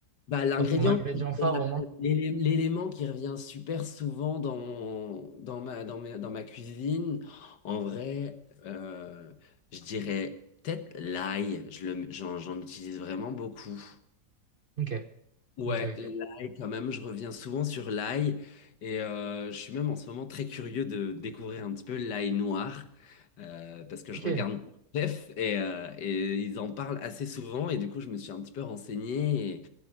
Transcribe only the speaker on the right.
Enfin, ton ingrédient
phare
au moins?
Ok,
ok, ok.
Ok,